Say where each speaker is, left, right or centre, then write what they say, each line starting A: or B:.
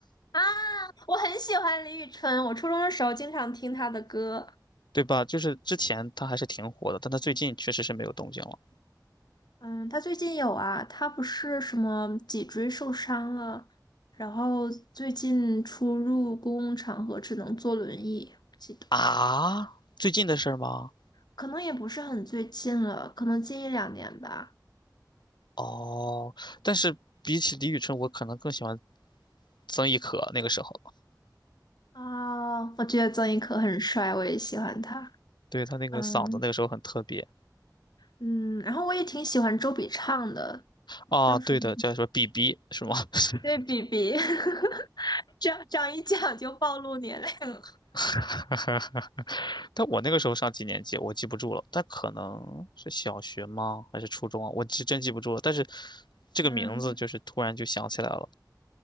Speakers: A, on the left; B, on the left.
A: 啊，我很喜欢李宇春，我初中的时候经常听她的歌。
B: 对吧？就是之前他还是挺火的，但他最近确实是没有动静了
A: 嗯，他最近有啊，他不是什么脊椎受伤了，然后最近出入公共场合只能坐轮椅，我记得
B: 啊。最近的事儿吗？
A: 可能也不是很最近了，可能近一两年吧。
B: 哦，但是比起李宇春，我可能更喜欢曾轶可那个时候，
A: 啊、我觉得曾轶可很帅，我也喜欢他。
B: 对他那个嗓子那个时候很特别。
A: 嗯嗯，然后我也挺喜欢周笔畅的，
B: 啊，
A: 叫什么？
B: 对的，叫什么 BB 是吗？<laughs>
A: 对，比比，<laughs> 这样这样一讲就暴露年龄了。
B: <laughs> 但我那个时候上几年级，我记不住了，但可能是小学吗？还是初中啊？我是真记不住了。但是这个名字就是突然就想起来了
A: 嗯，